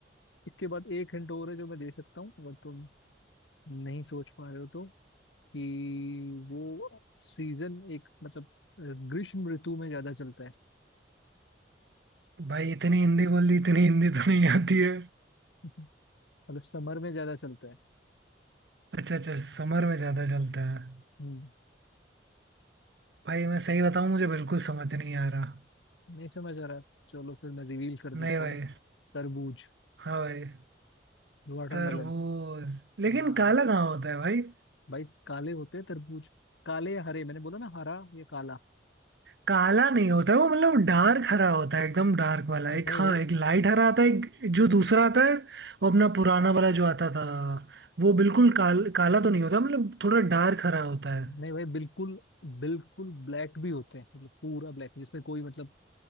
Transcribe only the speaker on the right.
भाई इतनी हिंदी बोल दी इतनी हिंदी तो नहीं आती है
अच्छा अच्छा समर में ज़्यादा चलता है
भाई मैं सही बताऊँ मुझे बिल्कुल समझ नहीं आ रहा
नहीं
भाई
हाँ भाई
तरबूज लेकिन
काला कहाँ होता है भाई
काला नहीं होता है वो मतलब डार्क हरा होता है एकदम डार्क वाला एक
हाँ
एक लाइट हरा आता है एक जो दूसरा आता है वो अपना पुराना वाला जो आता था वो बिल्कुल काल, काला तो नहीं होता मतलब थोड़ा डार्क हरा होता है